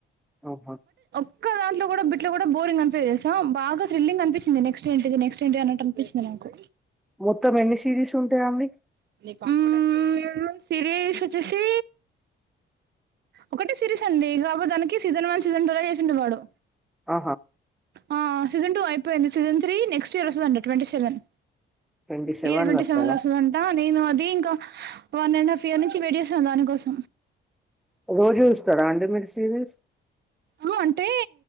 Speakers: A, in the centre; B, on the right.
A: ఆహా
B: ఇ దాంట్ కూడా బిట్ కూడా బోరింగ్ అనిపియదు తెలుసా బాగా థ్రిల్లింగ్ అనిపించింది నెక్ట్ంటిది నెక్స్ట్ ఏంటంటి అనట్టు అనిపించింది నాకు
A: మొత్తం ఎన్ని సిరీస్ ఉంటాయి అండి
B: హ్మ్ ఆ సిరీస్ వచ్చేసి ఒకటే సిరీస్ అండి కాబటి దానికి సీజన్ వన్ సీజన్ టూలా చేసిండు వాడు
A: ఆ
B: ఆ సీజన్ టూ అయిపోయింది సీజన్ త్రీ నెక్స్ట్ ఇయర్ వస్తుందంట ట్వంటీ సెవెన్
A: ట్వంటీ సెవెన్
B: ఏర వంటి
A: లో వస్తదా
B: సంలో వస్తుందంటా నేను అది ఇంకా వన్ అండ్ హాఫ్ ఇయర్ నుంచి వేడిచేస్తున్నా దానికోసం
A: రోజు జుస్తడా అండి మీర్ సీరీస్
B: ఆ అంటే